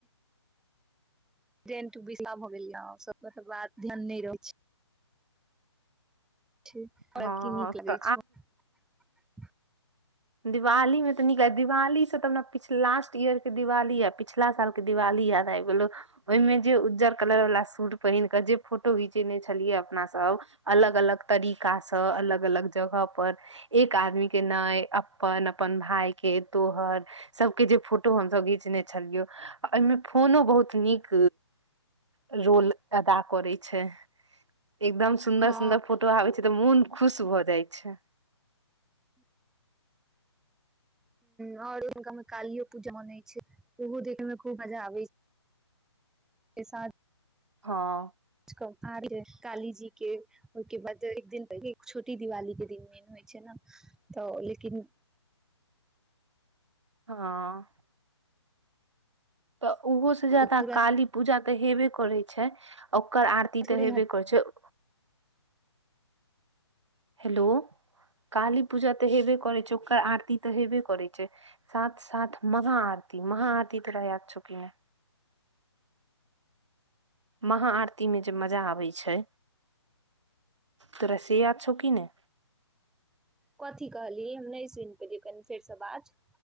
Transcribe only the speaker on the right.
हँ
तऽ
दिवालीमे तऽ नीक ल दिवाली से तऽ हमरा लास्ट ईयर के दिवाली या पिछला सालके दिवाली याद आबि गेल ओहिमे जे उज्जर कलर वाला सूट पहिन कऽ जे फोटो घिचेने छलियै अपना सब अलग अलग तरीकासे त अलग अलग जगह पर एक आदमी केना ऐ अपन अपन भाई के तोहर सबके जे फोटो हमसे घिचने छलियौ ओमे फोनो बहुत नीक रोल अदा करै छै एकदम सुन्दर
सुन्दर फोटो आबे छै तऽ मुन खुश भऽ जाइ छै
हों
हँ तऽ ओहो से जादा
काली पूजा हेबे करै छै ओ ओकर आरती
तऽ हेबे
करै छै <inaudible> हेलो काली पूजा तऽ हेबे करै छै ओकर आरती तऽ हेबे करै छै साथ साथ महा आरती महा आरती तोरा याद छौ कि नहि महा आरती मे जे मजा आबै छै तोरा से याद छौ की नै